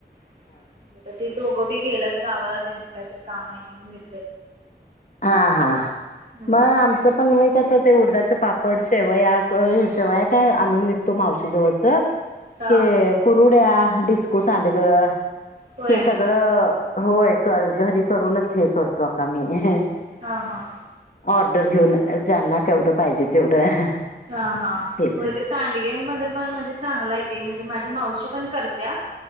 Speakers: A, on the right; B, on the left.
A: <unintelligible> ती दोघं ते गेल्यात गावाला त्याचं काहीतरी काम आहे म्हणून मि
B: हां हां
A: हम्म
B: मग आमचं पण मी कसं ते उडदांच पापड, शेवया शेवया काय आणून विकतो मावशी जवळच
A: हा
B: के कुरुड्या डिस्को सांडगं
A: होय
B: हे सगळं होय कर घरी करूनच हे करतो <unintelligible>
A: हां हां.
B: ऑर्डर घेऊन ज्यांना केवढं पाहिजे तेवढं.
A: हां हां
B: हे कर
A: होय ते सांडगेमध्ये पण म्हणजे चांगलं आहे ते म्हणजे मा झी मावशी पण करत्या.